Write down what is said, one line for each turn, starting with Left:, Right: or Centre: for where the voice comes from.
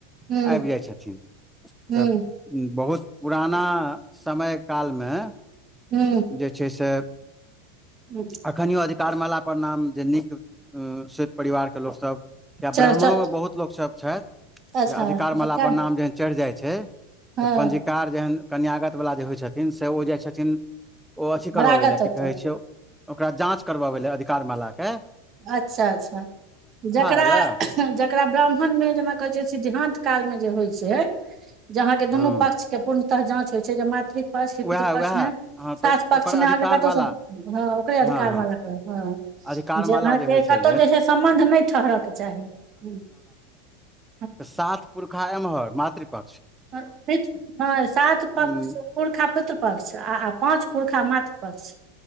Right: हूँ
Centre: आइब जाइ छथिन
Right: हूँ
Centre: त बहुत पुराना समय कालमे
Right: हू।
Centre: जे छैय से
Right: ह।
Centre: अखनियो अधिकार माला पर नाम जे नीक सोइत परिवारके लोकसभ या
Right: च
Centre: ब्राह्मणोमे
Right: च
Centre: बहुत लोक सब छैथ
Right: अच्छा
Centre: जे अधिकार माला पर नाम जे चढ़ि जाइ छैय
Right: हँ
Centre: त पञ्जीकार जेहन कन्यागतवला जे होइ छथिन से ओ जाइ छथिन ओ अथी करवाबै
Right: रागत
Centre: लए
Right: ओतऽ
Centre: की कहै छैय ओकरा जाँच करवाबै लए अधिकार माला कऽ।
Right: अच्छा-अच्छा जकरा
Centre: आयल ए
Right: जेकरा ब्राह्मणमे जेना कहय छैय सिद्धांत कालमे जे होइ छैय जे अहाँके दुनू
Centre: हँ
Right: पक्ष के पूर्णतः जाँच होइ छैय जे मातृक पक्ष पितृ
Centre: उएह
Right: पक्षमे
Centre: उएह हँ
Right: सात
Centre: तऽ
Right: पक्षमे
Centre: ओकर
Right: अहाँके
Centre: अधिकारमाला
Right: कतौ स हँ ओकरे अधिकार
Centre: हँ हँ
Right: माला ह
Centre: अधिकारमाला
Right: जेना कि
Centre: जे होइ छै
Right: कतौ जे छैय सम्बन्ध नहि ठहरऽके चाही ह
Centre: त सात पुरखा एम्हर मातृ पक्ष।
Right: प नय सात पक्ष
Centre: उम,
Right: पुरखा पितृ पक्ष आ- आ पाँच पुरखा मात्र पक्ष।